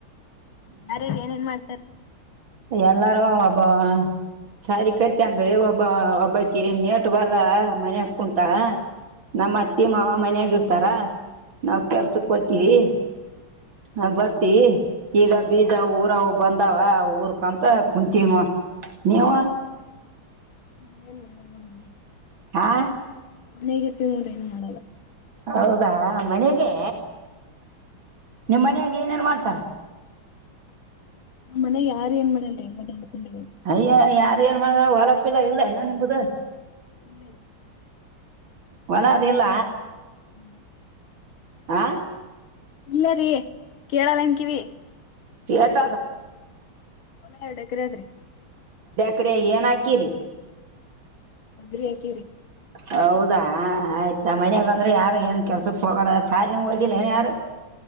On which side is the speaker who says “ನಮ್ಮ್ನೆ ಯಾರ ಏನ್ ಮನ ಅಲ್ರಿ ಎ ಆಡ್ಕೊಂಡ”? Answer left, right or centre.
Left